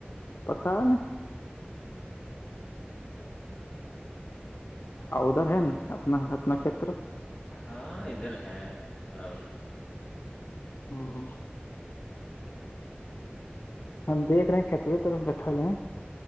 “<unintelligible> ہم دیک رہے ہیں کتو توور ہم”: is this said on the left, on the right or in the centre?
Left